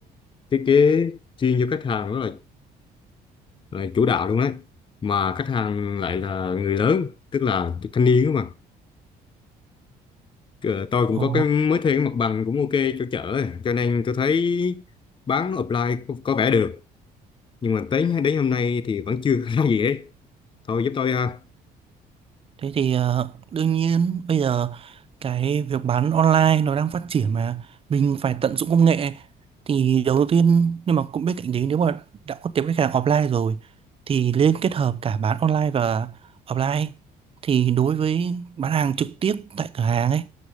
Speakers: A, on the left; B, on the right.
A: thiết kế chuyên cho khách hàng đó là ờ, chủ đạo luôn đấy mà khách hàng lại là người lớn tức là thanh niên đó mà Ờ, tôi cũng
B: Ồ,
A: có cái mới thuê cái mặt bằng cũng ok cho chợ ấy. cho nên tôi thấy bán offline có, có vẻ được nhưng mà tới đến hôm nay thì vẫn chưa <laughs> ra gì hết thôi giúp tôi ha
B: thế thì ờ, đương nhiên bây giờ cái việc bán online nó đang phát triển mà mình phải tận dụng công nghệ thì đầu tiên nhưng mà cũng bên cạnh đấy nếu mà đã có tiếp khách hàng offline rồi thì nên kết hợp cả bán online và offline thì đối với bán hàng trực tiếp tại cửa hàng ấy